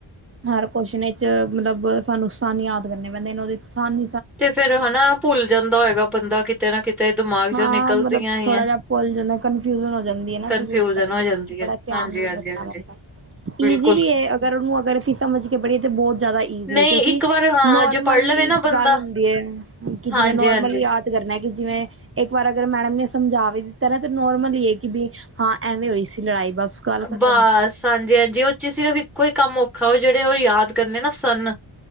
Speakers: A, on the right; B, in the centre.
A: ਹਰ ਕੋਸ਼ਨ ਵਿੱਚ ਮਤਲਬ ਸਾਨੂੰ ਸੰਨ ਯਾਦ ਕਰਨੇ ਪੈਂਦੇ ਨੇ ਉਹਦੇ ਸੰਨ
B: ਤੇ ਫੇਿਰ ਹਨਾ ਭੁੱਲ ਜਾਂਦਾ ਹੋਏਗਾ ਬੰਦਾ ਕਿਤੇ ਨਾ ਕਿਤੇ ਦਿਮਾਗ
A: ਹਾਂ
B: ਚੋਂ ਨਿਕਲਦੀਆਂ
A: ਮਤਲਬ
B: ਹੀ
A: ਥੋੜਾ
B: ਹੈ।
A: ਜਿਹਾ ਭੁੱਲ ਜਾਂਦਾ ਕੰਨਫਿਊਜਨ ਹੋ ਜਾਂਦੀ ਹੈ ਨਾ
B: ਕਨਫਿਊਜਨ
A: ਫਿਰ ਇਸ ਕਰਕੇ
B: ਹੋ ਜਾਂਦੀ ਹੈ।
A: ਬੜਾ ਧਿਆਨ
B: ਹਾਂਜੀ,
A: ਨੂੰ
B: ਹਾਂਜੀ,
A: ਰੱਖਣਾ
B: ਹਾਂਜੀ।
A: ਪੈਂਦਾ। ਈਜ਼ੀ
B: ਬਿਲਕੁਲ
A: ਵੀ ਹੈ ਅਗਰ ਉਹਨੂੰ ਅਗਰ ਅਸੀਂ ਸਮਝ ਕੇ ਪੜ੍ਹੀਏ ਤਾਂ ਬਹੁਤ ਜ਼ਿਆਦਾ ਈਜ਼ੀ
B: ਨਹੀਂ
A: ਹੈ ਕਿਉਂਕਿ
B: ਇੱਕ ਵਾਰ ਹਾਂ
A: ਨੋਰਮਲ
B: ਜੇ
A: ਮਲਬ
B: ਪੜ੍ਹ ਲਵੇ
A: ਕੀ
B: ਨਾ ਬੰਦਾ
A: ਗੱਲ ਹੁੰਦੀ ਹੈ ਕਿ
B: ਹਾਂਜੀ,
A: ਜਿਵੇਂ ਨੋਰਮਲ
B: ਹਾਂਜੀ।
A: ਯਾਦ ਕਰਨਾ ਕਿ ਜਿਵੇਂ ਇੱਕ ਵਾਰ ਅਗਰ ਮੈਡਮ ਨੇ ਸਮਝਾ ਵੀ ਦਿੱਤਾ ਨਾ ਤਾਂ ਨੋਰਮਲ ਇਹ ਕਿ ਵੀ ਹਾਂ ਐਵੇਂ ਹੋਈ ਸੀ ਲੜਾਈ ਬਸ ਗੱਲ ਖਤਮ
B: ਬਸ ਹਾਂਜੀ ਹਾਂਜੀ ਉਹ ਚ ਸਿਰਫ਼ ਇੱਕੋ ਹੀ ਕੰਮ ਔਖਾ ਉਹ ਜਿਹੜੇ ਉਹ ਯਾਦ ਕਰਨੇ ਨਾ ਸੰਨ